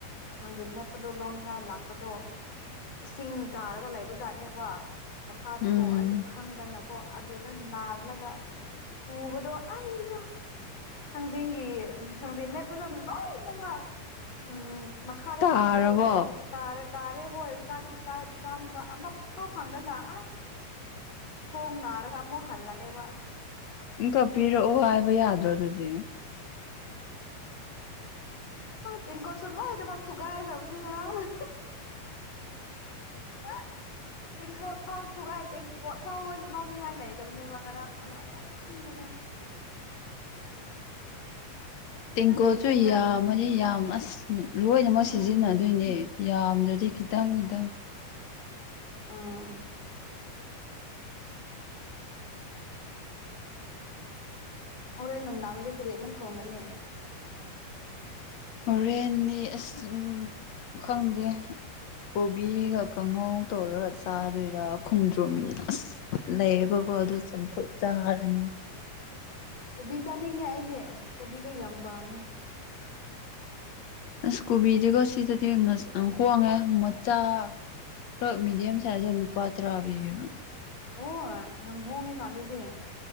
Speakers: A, on the left; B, on the left.
A: ꯊꯥꯡꯖꯤꯟ ꯃꯦꯠꯄꯗꯣ ꯂꯧꯅꯤꯡꯉꯥꯏ ꯂꯥꯛꯄꯗꯣ ꯏꯁꯤꯡ ꯇꯥꯔꯒ ꯂꯩꯕꯖꯥꯠꯅꯦꯕ ꯃꯈꯥꯗꯀꯣ
B: ꯎꯝ
A: ꯑꯩꯗꯣ ꯈꯪꯗꯅ ꯀꯣ ꯑꯗꯨꯗ ꯅꯥꯜꯂꯒ ꯇꯨꯕꯗꯣ ꯑꯩ ꯊꯥꯡꯖꯤꯡꯒꯤ ꯊꯥꯡꯖꯤꯡ ꯃꯦꯠꯄꯁꯨ ꯑꯗꯨ ꯂꯣꯏꯅꯃꯛ ꯎꯝ ꯃꯈꯥꯗ
B: ꯇꯥꯔꯕꯣ
A: ꯊꯝꯈ꯭ꯔꯦꯕꯀꫭ ꯇꯥꯔꯦ ꯇꯥꯔꯦꯕꯣ ꯑꯩ ꯆꯥꯅꯤ ꯆꯥꯅꯕ ꯑꯃ ꯐꯥꯎ ꯐꯪꯗꯅ ꯑ ꯈꯣꯡ ꯅꯥꯔꯒ ꯑꯃꯨꯛ ꯍꯜꯂꯛꯑꯦꯕ
B: ꯏꯀ ꯄꯤꯔꯛꯑꯣ ꯍꯥꯏꯕ ꯌꯥꯗ꯭ꯔꯣ ꯑꯗꯨꯗꯤ
A: ꯇꯦꯡꯀꯣꯠꯁꯨ ꯂꯣꯏꯗꯐꯥꯎ ꯊꯨꯒꯥꯏꯈ꯭ꯔꯕꯅꯤ ꯉꯔꯥꯡꯅ <unintelligible> ꯐꯧ ꯊꯨꯒꯥꯏ ꯇꯦꯡꯀꯣ ꯐꯧ ꯂꯣꯏ ꯅ ꯂꯧꯅꯤꯡꯉꯥꯏꯅꯩꯗꯕꯅꯦꯕ ꯉꯔꯥꯡꯗꯣ ꯅꯣꯛꯅꯤꯡꯕꯗꯣ
B: ꯇꯀꯣꯁꯨꯨꯌꯥꯝ
A: ꯊꯥꯡꯖꯤꯡ ꯈꯛꯇ
B: ꯌꯥꯝ ꯑꯁꯅꯤ ꯂꯣꯏꯅꯃꯛ
A: ꯎꯝ
B: ꯁꯤꯖꯤꯟꯅꯗꯣꯏꯅꯦ ꯌꯥꯝꯗ꯭ꯔꯗꯤ ꯈꯤꯇꯪ ꯈꯤꯇꯪ
A: ꯑꯥ ꯍꯣꯔꯣꯜ ꯅꯨꯡꯗꯥꯡꯗꯗꯤ ꯀꯔꯤꯃꯨꯛ ꯊꯣꯡꯒꯅꯤ
B: ꯍꯣꯔꯦꯟꯅꯤ ꯑꯁ ꯈꯪꯗꯦ ꯀꯣꯕꯤꯒ ꯀꯥꯡꯉꯧ ꯇꯧꯔꯒ ꯆꯥꯗꯣꯏꯔꯥ ꯈꯣꯡꯗ꯭ꯔꯨꯝ ꯑꯁ ꯂꯩꯌꯦꯕꯀꯣ ꯑꯗꯨ ꯆꯝꯐꯨꯠ ꯆꯥꯔꯅꯤ
A: ꯀꯣꯕꯤ ꯆꯥꯅꯤꯡꯉꯦ ꯑꯩꯗꯤ ꯀꯣꯕꯤꯗꯣ ꯌꯥꯝ ꯄꯥꯝꯃꯦ
B: ꯑꯁ ꯀꯣꯕꯤꯗꯤꯒꯣ ꯁꯤꯗꯗꯤ ꯍꯣꯡꯉꯦ ꯃꯆꯥ ꯈꯔ ꯃꯦꯗꯤꯌꯝ ꯁꯥꯏꯖꯇ ꯂꯨꯄꯥ ꯇꯔꯥ ꯄꯤꯌꯦꯕ
A: ꯑꯣ ꯌꯥꯝ ꯍꯣꯡꯉꯦꯅ ꯑꯗꯨꯗꯤ